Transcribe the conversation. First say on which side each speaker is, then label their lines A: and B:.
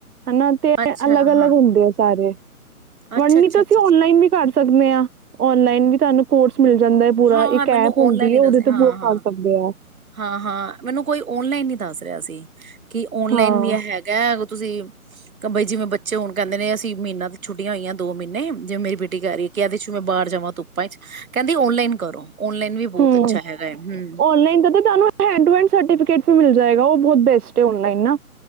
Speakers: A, on the right (about 85°); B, on the right (about 65°).
A: ਹਨਾ, ਤੇ
B: ਅੱਛਾ
A: ਅਲਗ-ਅਲਗ
B: ਹਾਂ
A: ਹੁੰਦੇ ਆ ਸਾਰੇ।
B: ਅੱਛਾ
A: ਵੜਨੀ
B: ਅੱਛਾ
A: ਤਾਂ
B: ਅੱਛਾ
A: ਅਸੀਂ ਔਨਲਾਈਨ ਵੀ ਕਰ ਸਕਦੇ ਹਾਂ ਔਨਲਾਈਨ ਵੀ ਸਾਨੂੰ ਕੋਰਸ ਮਿਲ ਜਾਂਦਾ ਹੈ ਪੂਰਾ
B: ਹਾਂ-ਹਾਂ
A: ਇੱਕ
B: ਮੈਨੂੰ
A: ਐਪ ਹੁੰਦੀ
B: ਔਨਲਾਈਨ ਹੀ
A: ਹੈ
B: ਦੱਸਿਆ
A: ਉਹਦੇ ਤੋਂ
B: ਹਾਂ-ਹਾਂ,
A: ਪੂਰਾ ਕਰ ਸਕਦੇ ਆ।
B: ਹਾਂ-ਹਾਂ, ਮੈਨੂੰ ਕੋਈ ਔਨਲਾਈਨ ਦੱਸ ਰਿਹਾ ਸੀ ਕਿ ਔਨਲਾਈਨ
A: ਹਾਂ,
B: ਵੀ ਹੈਗਾ। ਤੁਸੀਂ ਬਈ ਜਿਵੇਂ ਬੱਚੇ ਹੁਣ ਕਹਿੰਦੇ ਨੇ ਅਸੀਂ ਮਹੀਨਾ ਤੇ ਛੁੱਟੀਆਂ ਹੋਈਆਂ ਦੋ ਮਹੀਨੇ ਜਿਵੇਂ ਮੇਰੀ ਬੇਟੀ ਕਹਿ ਰਹੀਏ ਕਹਿਦੇ ਮੈਂ ਬਾਹਰ ਜਾਵਾਂ ਧੁੱਪਾ ਚ ਕਹਿੰਦੀ ਔਨਲਾਈਨ ਕਰੋ। ਔਨਲਾਈਨ ਵੀ ਬਹੁਤ
A: ਹੂੰ
B: ਅੱਛਾ ਹੈਗਾ ਹੈ ਹੂੰ,
A: ਔਨਲਾਈਨ ਦਾ ਤਾਂ ਤੁਹਾਨੂੰ ਹੈਂਡ ਟੂ ਹੈਂਡ ਸਰਟੀਫਿਕੇਟ ਵੀ ਮਿਲ ਜਾਏਗਾ, ਬਹੁਤ ਬੈਸਟ ਔਨਲਾਈਨ ਨਾ